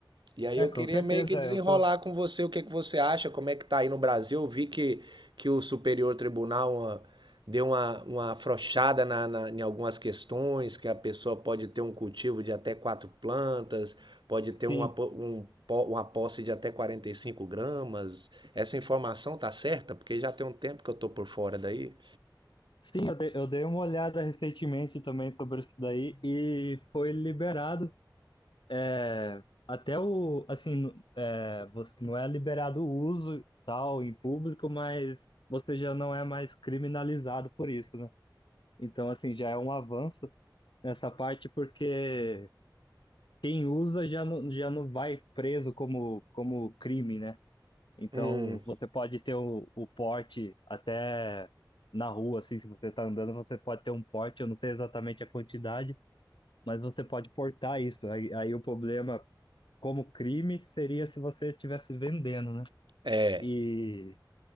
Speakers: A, on the right; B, on the left.
A: E aí
B: É,
A: eu
B: com
A: queria
B: certeza,
A: meio que desenrolar
B: eu sou.
A: com você o que que você acha, como é que tá aí no Brasil. Eu vi que, que o Superior Tribunal ah, deu uma, uma afrouxada na, na- em algumas questões, que a pessoa pode ter um cultivo de até quatro plantas, pode ter uma,
B: Sim.
A: po- um, po- uma posse de até 45 gramas. Essa informação tá certa? Porque já tem um tempo que eu tô por fora daí.
B: Sim, eu dei, eu dei uma olhada recentemente também sobre isso daí e foi liberado. É, Até o, assim, no- é, você não é liberado o uso e tal em público, mas você já não é mais criminalizado por isso, né? Então, assim, já é um avanço nessa parte, porque quem usa já não, já não vai preso como, como crime, né? Então,
A: Hum,
B: você pode ter o, o porte até na rua, assim, se você está andando, você pode ter um porte, eu não sei exatamente a quantidade, mas você pode portar isso. Aí, aí o problema como crime seria se você estivesse vendendo, né?
A: é,
B: E